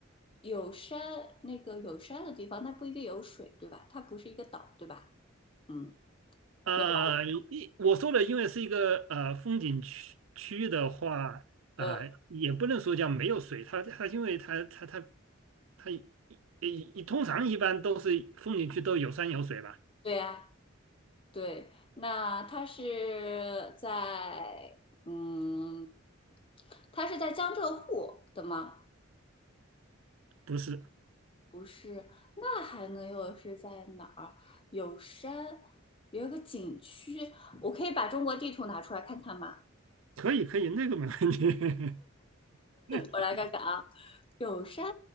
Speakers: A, on the left; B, on the right.
A: 有山那个有山的地方，那不一定有水对吧？它不是一个岛对吧？嗯，
B: 呃，
A: 没事，
B: 一我说的因为是一个呃风景区区的话，
A: 呃，
B: 呃，也不能说叫没有水，它它因为它它它它一一通常一般都是风景区都有山有水吧？
A: 对呀、对，那他是在嗯，他是在江浙沪的吗？
B: 不是，
A: 不是，那还能有是在哪儿？有山，有一个景区，我可以把中国地图拿出来看看吗？
B: 可以可以，那个没问题，<laughs>
A: 我来看看啊，有山，